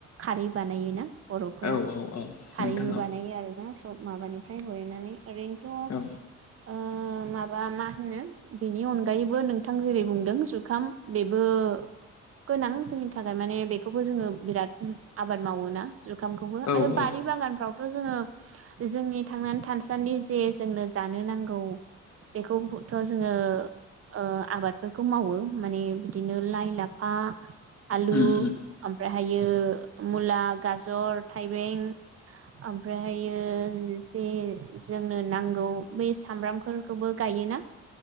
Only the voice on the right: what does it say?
खारै बानायोना बर'फोरा
खारैबो
बानायो
आरोना <unintelligible> ओैनोथ' ओ
माबा मा होनो बिनि अनगायैबो नोंथां जेरै बुंदों जुखाम बेबो गोनां जोंनि थाखाय माने बेखौबो जोङो बिराद आबाद मावोना जुखामखौबो
आरो बारि
बागानफ्रावथ' जोङो जोंनि थांनानै थानासान्दि जे जोंनो जानो नांगौ बेखौथ' जोङो ओ आबादफोरखौ मावो माने बिदिनो लाइ लाफा आलु
ओमफ्रायहायो मुला गाजर थाइबें ओमफ्रायहायो जे जोंनो नांगौ बै सामब्रामखौ गायोना